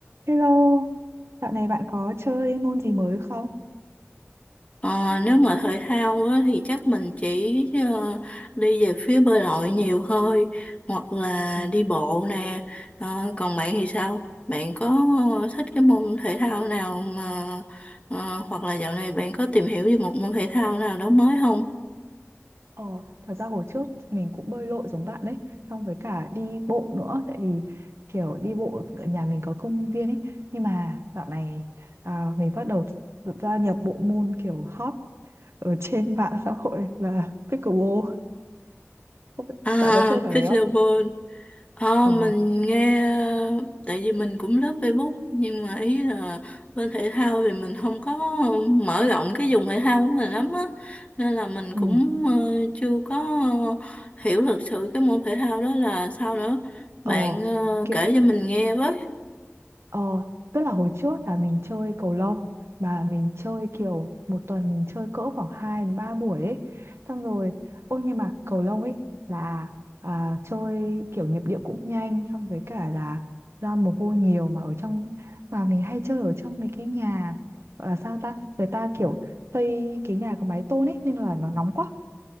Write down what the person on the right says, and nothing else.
Hello, dạo này bạn có chơi môn gì mới không?
Ừ.
Ờ, thật ra hồi trước mình cũng bơi lội giống bạn đấy, xong với cả đi bộ nữa, tại vì kiểu đi bộ ở nhà mình có công viên ấy, nhưng mà dạo này à, mình bắt đầu gia nhập bộ môn kiểu hot ở <laughs> trên mạng xã hội là pickleball. Không biết-
Bạn có chơi trò đấy
không?
Ờ,
ừ,
ờ,
kiểu
Ờ, tức là hồi trước là mình chơi cầu lông mà mình chơi kiểu một tuần mình chơi cỡ khoảng 2 đến 3 buổi ấy. Xong rồi, ôi nhưng mà cầu lông ấy là à, chơi kiểu nhịp điệu cũng nhanh xong với cả là ra mồ hôi nhiều mà ở trong mà mình hay chơi ở trong mấy cái nhà gọi là sao ta? Người ta kiểu xây cái nhà có mái tôn ấy nên là nó nóng quá